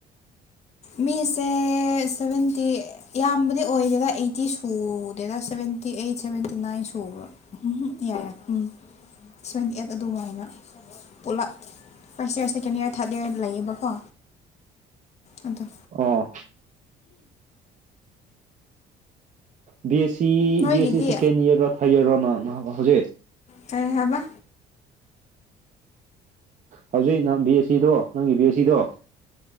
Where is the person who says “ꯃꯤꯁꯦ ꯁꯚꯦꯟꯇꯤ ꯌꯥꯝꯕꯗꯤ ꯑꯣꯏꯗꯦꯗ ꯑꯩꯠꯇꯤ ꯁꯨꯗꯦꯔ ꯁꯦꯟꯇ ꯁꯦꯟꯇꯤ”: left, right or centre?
Left